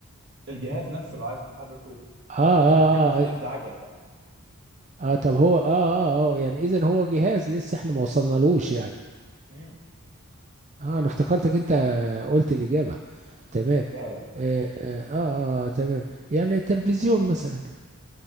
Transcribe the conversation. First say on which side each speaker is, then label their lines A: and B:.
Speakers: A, on the right; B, on the right.
A: الجهاز نفسه لو عايز تحركه
B: اه
A: ممكن
B: اه
A: تركب له ستاند
B: اه
A: عجل
B: اه طب هو اه اه اه يعني اذا هو جهاز لسه احنا ما وصلنالوش يعني
A: مم.
B: اه انا افتكرتك انت قلت الاجابه تمام
A: لا لا لا
B: اه اه, آه, آه تمام يعني التلفزيون مثلا